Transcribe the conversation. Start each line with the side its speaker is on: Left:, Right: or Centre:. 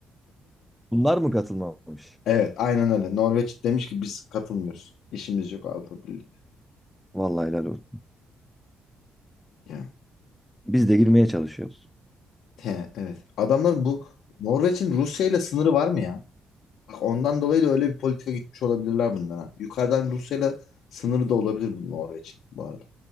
Centre: Bunlar mı katılmamış?
Left: Evet aynen öyle. Norveç demiş ki biz katılmıyoruz. İşimiz yok Avrupa Birliği'ne.
Centre: Vallahi helal olsun.
Left: Yani.
Centre: Biz de girmeye çalışıyoruz.
Left: He, evet. Adamların bu Norveç'in Rusya ile sınırı var mı ya? Bak ondan dolayı da öyle bir politika gitmiş olabilirler bundan ha. Yukarıdan Rusya'yla sınırı da olabilir bu Norveç'in bu arada.